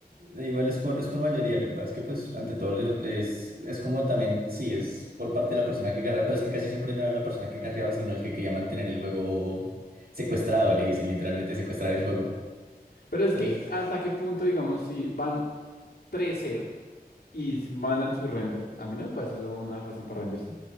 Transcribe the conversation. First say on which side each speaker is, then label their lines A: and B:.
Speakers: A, on the right; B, on the left.
A: Eh, Igual es por, es por mayoría, lo que pasa es que pues ante todo le- les, es como también, sí, es por parte de la persona que carrea, pero es que casi siempre no era la persona que carreaba, sino el que quería mantener el juego secuestrado, le dicen literalmente secuestrar el juego.
B: Pero es
A: Entonces,
B: que hasta qué punto, digamos, si van tres cero y s- mandan su render, a mí no me parece eso una razón para rendirse.